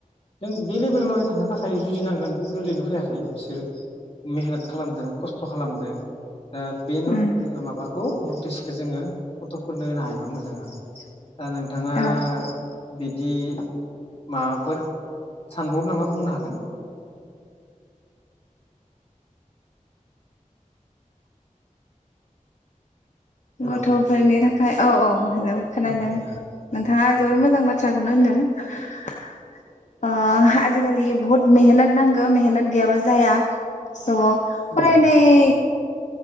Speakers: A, on the left; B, on the left.
A: जों बे लेभेलाव लागै थांनो थाखाय जुजिनांगोन बे गोरलैनो फैयाखै बिसोर मेहेनत खालामदों खस्थ' खालामदों। दा बे नट
B: उम
A: माबाखौ नटिस जोङो गथ'फोरनो होनो हायोबा मोजां आरो दा नोंथाङा
B: औ
A: बिद दि माबाफोर सानबावो नामा बुंनो हागोन? हेलौ
B: गथ'फोरनि था फाय औ औ हेलौ खोनादों
A: ओं जागोन
B: नोंथाङा जोबोर
A: ओं
B: मोजां बाथ्रा थ्राखौनो होनदों। अ आजिख जिखालि बुहुत मेहनत नांगो मेहनत गैयाबा जाया स फरायनाय
A: ओं